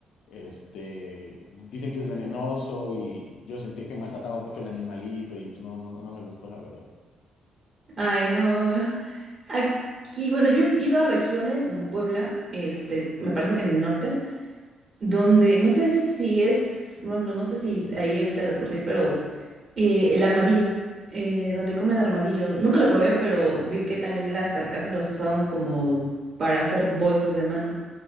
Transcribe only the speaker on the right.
Ay, no. <laughs> Aquí, bueno, yo he ido a regiones en Puebla, este, me parece que en el norte, donde no sé si es, bueno, no sé si ahí habita de por sí, pero eh, el armadillo, eh, donde comen armadillo. Nunca lo probé, pero vi que también las carcasas las usaban como para hacer bolsas de mano.